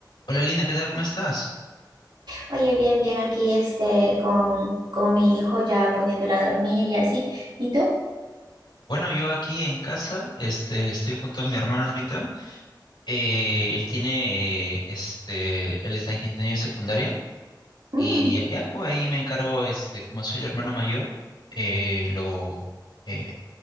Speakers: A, on the left (about 85°); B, on the right (about 75°).
A: Hola Lina, ¿qué tal? ¿Cómo estás?
B: Oye, bien, bien aquí este con, con mi hijo ya poniéndola a dormir y así. ¿Y tú?
A: Bueno, yo aquí en casa, este, estoy junto a mi hermano ahorita. Eh, él tiene, eh, este, él está en quinto año de secundaria
B: Mm,
A: y ya, voy ahí me encargo, este, como soy el hermano mayor, eh, lo, eh,